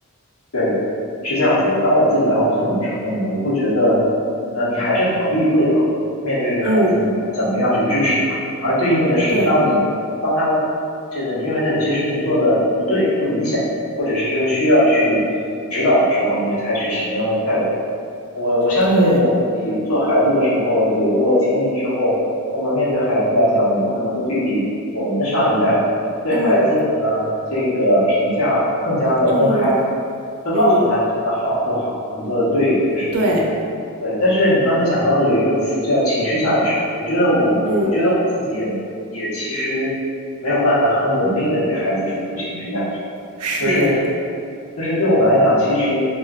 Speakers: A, on the left; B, on the right.
A: 对，是这样子的。当我自己当了父母之后呢，我会觉得，那你还是逃避不了面对孩子，
B: 嗯，
A: 你该怎么样去支持他。而对应的是，
B: 对
A: 当你当他这个你认为他有些事情做的不对、不理想，或者是说需要去指导的时候，你采取什么样的态度？我我相信我们自己做孩子的时候有过经历之后，
B: 对，
A: 那么面对孩子来讲，我们可能会对比我们的上一代对孩子的
B: 嗯
A: 这个评价更加的公开，
B: 嗯
A: 会告诉他你做的好不好，
B: 嗯，
A: 你做的对还是不对。
B: 对，
A: 对，但是你刚才讲到的有一个词叫情绪价值，我觉得我我觉得我自己也也其实没有办法很稳定的给孩子输出情绪价值。
B: 嗯是，
A: 就是就是对我们来讲，其实